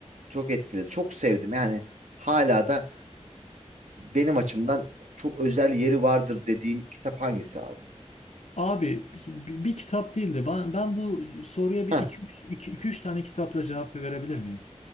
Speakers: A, on the right; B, on the left.
A: çok etkiledi. Çok sevdim yani hala da benim açımdan çok özel yeri vardır dediğin kitap hangisi abi?
B: Abi bi- bi- bir, kitap değildi. Ben, ben bu soruya bir
A: Heh,
B: iki üç tane kitapla cevap verebilir miyim?